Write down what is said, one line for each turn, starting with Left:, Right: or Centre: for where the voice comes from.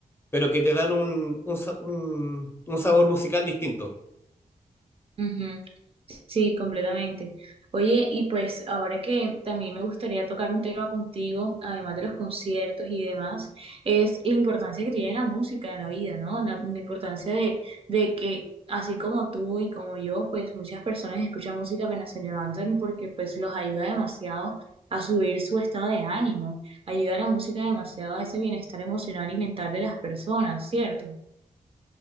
Left: pero que te dan un, un, sa- un- un sabor musical distinto.
Right: ujú. Sí, completamente. Oye, y pues ahora que también me gustaría tocar un tema contigo, además de los conciertos y demás, es la importancia que tiene la música en la vida, ¿no? La, la importancia de, de que así como tú y como yo, pues muchas personas escuchan música apenas se levantan porque pues los ayuda demasiado a subir su estado de ánimo, ayuda a la música demasiado a ese bienestar emocional y mental de las personas, ¿cierto?